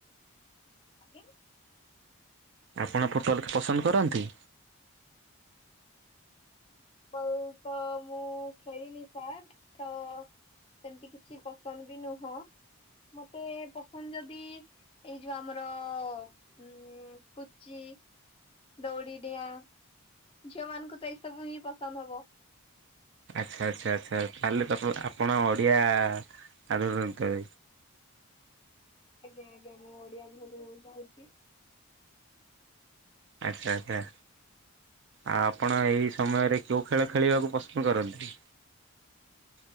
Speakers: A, on the left; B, on the right.
A: ଆଜ୍ଞା।
B: ଆପଣ ଫୋଟୋ ୱାଲ୍ ପସନ୍ଦ କରନ୍ତି?
A: ବଲ ତ ମୁଁ ଖେଳିିନି, ସାର୍ ତ ସେମିତି କିଛି ପସନ୍ଦ ବି ନୁହଁ। ମତେ ପସନ୍ଦ ଯଦି ଏଇ ଯୋଉ ଆମର ଉଁ ପୁଚି ଦୌଡ଼ିଡିିଆଁ ଝିଅ ମାନଙ୍କୁ ତ ଏଇ ସବୁ ହିଁ ପସନ୍ଦ ହବ।
B: ଆଚ୍ଛା ଆଚ୍ଛା, ଆଚ୍ଛା! ତାହେଲେ ତ ଆପଣ ଆପଣ ଓଡ଼ିଆ ଆଧୁନିକ
A: ଆଜ୍ଞା ଆଜ୍ଞା, ମୁଁ ଓଡିଆ ଘୋରୁ ଯାଉଚି।
B: ଆଚ୍ଛା ଆଚ୍ଛା। ଆଉ ଆପଣ ଏଇ ସମୟରେ କେଉଁ ଖେଳ ଖେଳିବାକୁ ପସନ୍ଦ କରନ୍ତି?